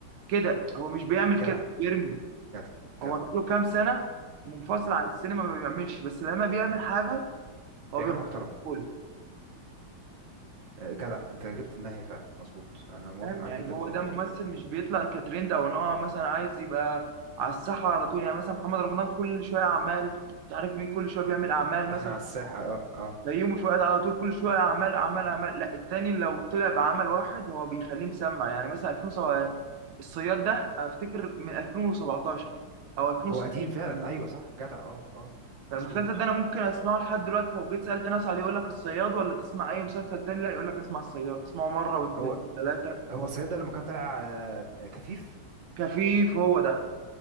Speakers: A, on the right; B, on the right.
A: كده هو مش بيعمل
B: جدع
A: كده بيرمي
B: جدع
A: هو
B: جدع
A: بقاله كام سنه منفصل عن السينما ما بيعملش بس لما بيعمل حاجه هو
B: بيعملوا
A: بيغطي
B: محترمه آه، جدع انت جبت النهايه فعلا مظبوط انا موافق
A: فاهم
B: معاك
A: يعني
B: جدا
A: هو
B: في اللي
A: ده
B: انت
A: ممثل
B: بتقوله ده
A: مش بيطلع كترند او ان هو مثلا عايز يبقى على الساحه على طول يعني مثلا محمد رمضان كل شويه اعمال مش عارف مين كل شويه بيعمل اعمال مثلا
B: احنا على الساحه اه اه
A: بيومي فؤاد على طول كل شويه اعمال اعمال اعمال لا التاني لو طلع بعمل واحد هو بيخليه مسمع يعني مثلا 2007 الصياد ده افتكر من 2017 او 2016
B: هو قديم فعلا
A: كمان.
B: ايوه صح جدع اه اه
A: فالمسلسل
B: مظبوط
A: ده انا ممكن اسمعه لحد دلوقتي لو جيت سالت ناس عليه يقول لك الصياد ولا تسمع اي مسلسل تاني لا يقول لك اسمع الصياد اسمعه مره واثنين
B: هو
A: وثلاثه
B: هو الصياد ده لما كان طالع آه كفيف
A: كفيف هو ده